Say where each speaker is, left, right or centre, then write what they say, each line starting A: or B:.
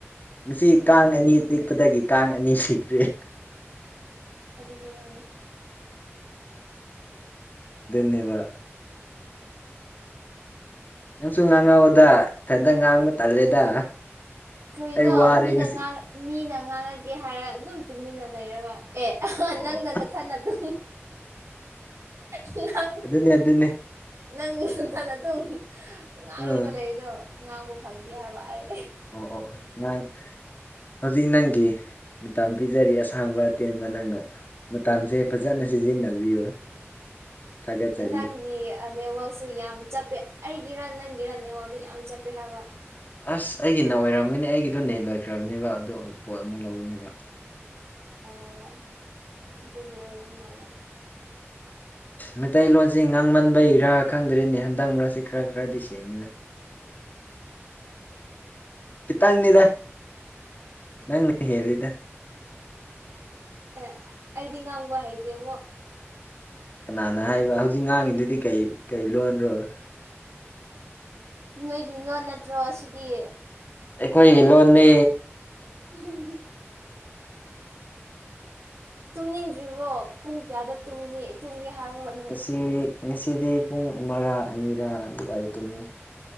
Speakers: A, on the left; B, on the right.
A: ꯉꯁꯤ ꯀꯥꯡ ꯑꯅꯤ ꯆꯤꯛꯄꯗꯒꯤ ꯀꯥꯡ ꯑꯅꯤ ꯁꯤꯗ꯭ꯔꯦ
B: ꯑꯗꯨ ꯑꯗꯨꯗꯤ ꯅ
A: ꯅꯤꯕ ꯅꯪꯁꯨ ꯉꯥꯡꯉꯛꯎꯗ ꯏꯊꯟꯇ ꯉꯥꯡꯕ ꯇꯜꯂꯦꯗ
B: ꯀꯩꯅꯣ
A: ꯑꯩ ꯋꯥꯔꯦ
B: ꯃꯤꯅ
A: ꯉꯁꯤ
B: ꯃꯤꯅ ꯉꯥꯡꯉꯒꯦ ꯍꯥꯏꯔ ꯑꯗꯨꯝ ꯇꯨꯃꯤꯟꯅ ꯂꯩꯔꯒ ꯑꯦ
A: ꯑꯣ
B: ꯅꯪ
A: ꯑꯣ
B: ꯅꯟꯅ ꯊꯅ ꯑꯗꯨ ꯅꯪ
A: ꯑꯗꯨꯅꯦ ꯑꯗꯨꯅꯦ
B: ꯅꯪ ꯅꯪꯅ ꯑꯗꯨꯝ ꯉꯥꯡꯔꯨꯔꯒ
A: ꯑꯥ
B: ꯂꯩꯔꯤꯗꯣ ꯉꯥꯡꯕ ꯐꯪꯗꯦ ꯍꯥꯏꯕ ꯑꯩ
A: ꯑꯣ ꯑꯣ ꯅꯍꯥꯡ ꯍꯧꯖꯤꯛ ꯅꯪꯒꯤ ꯃꯇꯝ ꯄꯤꯖꯔꯤ ꯑꯁ ꯁꯥꯡꯕ ꯑꯇꯦꯟꯕ ꯅꯪꯅ ꯃꯇꯁꯦ ꯐꯖꯅ ꯁꯤꯖꯤꯟꯅꯕꯤꯌꯨ ꯊꯥꯒꯠꯆꯔꯤ
B: ꯅꯪꯒꯤ ꯅꯦꯠꯋꯔꯛꯁꯨ ꯌꯥꯝ ꯆꯠꯄꯦ ꯑꯩꯒꯤ ꯔꯟ ꯅꯪꯒꯤ ꯔꯟ ꯑꯦꯉꯣꯟꯗ ꯌꯥꯝ ꯆꯠꯄꯦ ꯍꯥꯏꯕ
A: ꯑꯁ ꯑꯩꯒꯤ ꯅ ꯑꯣꯏꯔꯝꯒꯅꯤ ꯑꯩꯒꯤꯗꯣ ꯅꯦꯠ ꯂꯣꯏꯈ꯭ꯔꯕꯅꯦꯕ ꯑꯗꯨ ꯍꯧꯖꯤꯛ ꯄꯣꯠ ꯑꯃꯨꯛ ꯂꯧꯅꯦꯕ
B: ꯑꯣ ꯆꯦ ꯑꯣꯏꯔ ꯃꯥꯂꯦ
A: ꯃꯩꯇꯩꯂꯣꯟꯁꯤ ꯉꯥꯡꯃꯟꯕ ꯏꯔꯥꯛ ꯈꯪꯗ꯭ꯔꯤꯅꯦ ꯍꯟꯗꯛ ꯃꯔꯛꯁꯤꯦ ꯈꯔ ꯈꯔꯗꯤ ꯁꯦꯡꯉꯤꯗ ꯀꯇꯪꯅꯤꯗ ꯅꯪ ꯍꯗ
B: ꯑꯦ ꯑꯩꯗꯤ ꯉꯥꯡꯕ ꯍꯩꯇꯦꯕ
A: ꯀꯅꯥꯅ ꯍꯥꯏꯕ ꯍꯧꯖꯤꯛ ꯉꯥꯡꯉꯤꯗꯨꯗꯤ ꯀꯩ ꯀꯩ ꯂꯣꯟꯔꯣꯏ
B: ꯅꯣꯏꯒꯤ ꯂꯣꯟ ꯅꯠꯇ꯭ꯔꯣ ꯁꯤꯗꯤ
A: ꯑꯩꯈꯣꯏ ꯍꯤꯂꯣꯅꯤ
B: ꯎ ꯇꯨꯝꯅꯤꯡꯗ꯭ꯔꯤꯕ꯭ꯔꯣ ꯄꯨꯡ ꯀꯌꯥꯗ ꯇꯨꯡꯅꯤ ꯇꯨꯝꯒꯦ ꯍꯥꯏꯔꯨꯔꯣ ꯅꯣꯏ
A: ꯉꯁꯤ ꯉꯁꯤꯗꯤ ꯄꯨꯡ ꯑꯃꯔꯥ ꯑꯅꯤꯔꯥ ꯗꯨꯕꯥꯏꯗ ꯇꯨꯝꯉꯦ